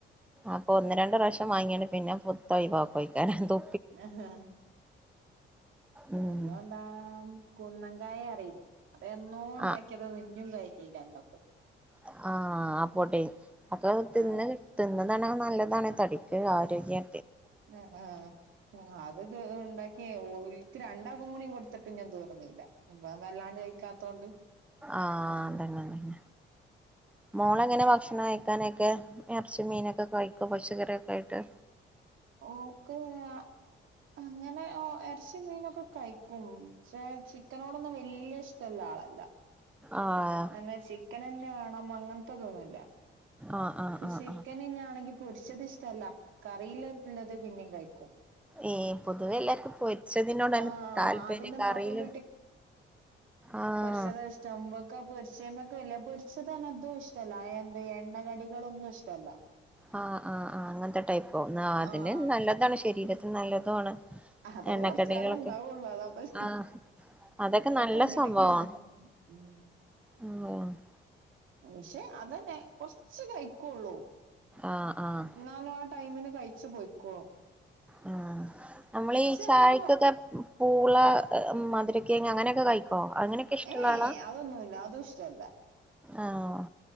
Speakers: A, in the centre; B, on the right.
A: അപ്പൊ ഒന്ന് രണ്ട് റാശ്യം വാങ്ങിയാണ്ട് പിന്നെ പുത്തൊയിവാക്കോയിക്കാരം തു
B: ആഹാ. നല്ലോ
A: ഉം
B: ആഹ് കുന്നങ്കായറിയില്ലേ അതെന്നോണ്ടാക്കിയത്
A: ആഹ്
B: ഞ്ഞും കയിഞ്ഞീല്ല ഞങ്ങൾത്.
A: ആഹ്. ആ പൊടി. മക്കൾ തിന്ന്
B: ആഹ്
A: തിന്നതാണെ നല്ലതാണെ തടിക്ക് ആരോഗ്യാ
B: അഹ് ആഹ് ആഹ് അത് ത് ഇണ്ടാക്കി ഓൽക്ക് രണ്ടാ കൂടിം കൊടുത്തിട്ടും ഞ്ഞും തീർന്നീല്ല ഇവൻ വല്ലാണ്ട് കഴിക്കാത്തൊണ്ട്.
A: ആഹ് അതന്നെ അതന്നെ മോളെങ്ങനെ ഭക്ഷണം കഴിക്കാനൊക്കെ? എറച്ചിം മീനൊക്കെ കഴിക്കൊ. പച്ചക്കറിയൊക്കായ്ട്ട്.
B: ഓക്ക് ഞാ അങ്ങനെ ഓഹ് എറച്ചിം മീനൊക്കെ കഴിക്കും പക്ഷെ ചിക്കനോടൊന്നും വല്യ ഇഷ്ടല്ല ആളല്ല.
A: ആഹ്
B: പിന്നെ ചിക്കനെന്നെ വേണം അങ്ങൻത്തതൊന്നുല്ല
A: ആഹ് ആഹ്
B: ഇ
A: ആഹ്
B: ചിക്കനെന്ന്യാണെങ്കി
A: ആഹ്
B: പൊരിച്ചത് ഇഷ്ടല്ല കറീല് ഇല്ലത് പിന്നിം കഴിക്കും
A: ഏഹ് പൊതുവെ എല്ലാർക്കും പൊരിച്ചതിനോടാണ്
B: ആഹ്
A: താല്പര്യം.
B: അതിന്റെ
A: കറീല്
B: നാത്തൂന്റെ
A: ആഹ്
B: ച്ചതാഷ്ടം. ഇവക്കാ പൊരിച്ചേമ്മക്ക് വല്യ, പൊരിച്ചത് പറഞ്ഞാ ഇതുഷ്ടല്ല. എന്ത് എണ്ണ കടി കളൊന്നുഷ്ടല്ല
A: ആഹ് ആഹ് ആഹ് അങ്ങൻത്തെ ടൈപ്പോ. ന്നാ അതന്നെ
B: ആഹ്
A: നല്ലതാണ് ശരീരത്തിന് നല്ലതു ആണ്.
B: അഹതൊക്കെ
A: എണ്ണക്കടികളൊക്കെ
B: കുറച്ച്കാലം ഇണ്ടാവൊള്ളു അതാപ്പത്.
A: ആഹ് അതൊക്കെ
B: ഇപ്പൊക്കെ
A: നല്ല
B: അങ്ങനൊക്കെ
A: സംഭവാണ്
B: ഉം
A: <unintelligible>
B: പക്ഷെ അതന്നെ കൊറച്ച് കഴിക്കൊള്ളൂ
A: ആഹ് ആഹ്
B: ന്നാലും ആ ടൈമിന് കഴിച്ചു പൊയ്ക്കോളും.
A: ആ നമ്മളീ ചായക്കൊക്കെ
B: എന്നാലും
A: പൂള മതിരി കിഴങ്ങ് അങ്ങനൊക്കെ കഴിക്കോ? അങ്ങനെക്കെ ഇഷ്ടള്ള
B: ഏഹ്
A: ആളാ?
B: അതൊന്നുല്ല അതും ഇഷ്ടല്ല
A: ആഹ്.